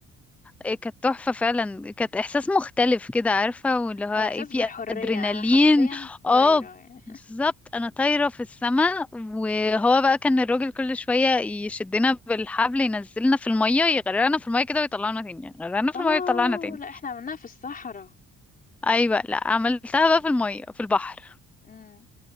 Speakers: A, in the centre; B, on the left.
A: إيه كانت تحفة فعلا كانت إحساس مختلف كده عارفة واللي هو ايه
B: اه إحساس
A: في
B: بالحرية
A: أدرينالين
B: أنا حرفيا
A: اه
B: طايرة يعني
A: بالظبط أنا طايرة في السماء وهو بقى كان الراجل كل شوية يشدنا بالحبل ينزلنا في المية يغرقنا في المية كده ويطلعنا تاني يغرقنا في
B: اه
A: المية ويطلعنا تاني
B: لا احنا عملناها في الصحراء
A: أيوة لا عملتها بقى في المية في البحر
B: مم.